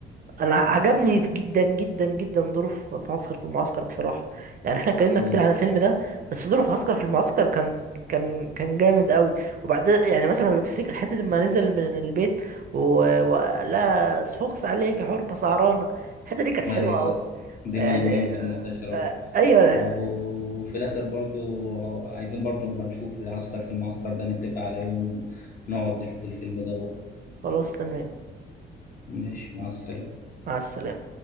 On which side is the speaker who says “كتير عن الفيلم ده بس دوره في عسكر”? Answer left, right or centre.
Right